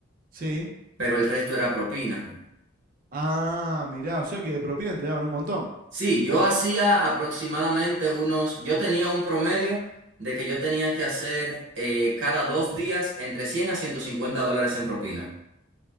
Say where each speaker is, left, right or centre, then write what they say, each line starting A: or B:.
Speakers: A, on the right; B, on the right.
A: Sí.
B: pero el resto era propina.
A: Ah, mirá, o sea que de propina te daban un montón.
B: Sí, yo hacía aproximadamente unos, yo tenía un promedio de que yo tenía que hacer eh, cada dos días entre 100 a 150 dólares en propina.